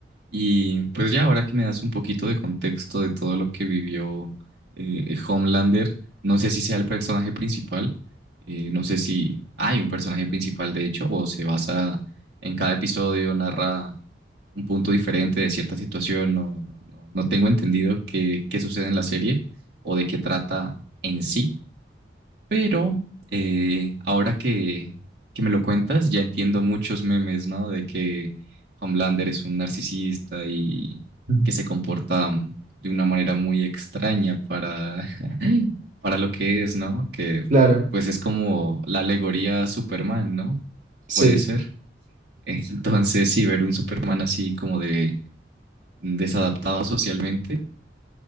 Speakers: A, on the right; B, on the right.
A: Y pues ya ahora que me das un poquito de contexto de todo lo que vivió eh, Homelander, no sé si sea el personaje principal, eh, no sé si hay un personaje principal de hecho, o se basa en cada episodio, narra un punto diferente de cierta situación. No, no, no tengo entendido qué, qué sucede en la serie o de qué trata en sí, pero eh, ahora que, que me lo cuentas, ya entiendo muchos memes, ¿no? De que Homelander es un narcisista y
B: Ujú.
A: que se comporta de una manera muy extraña para, <laughs> para lo que es, ¿no? Que
B: Claro,
A: pues es como la alegoría a Superman, ¿no?
B: sí.
A: Puede ser. <laughs> Entonces, sí, ver un Superman así como de desadaptado socialmente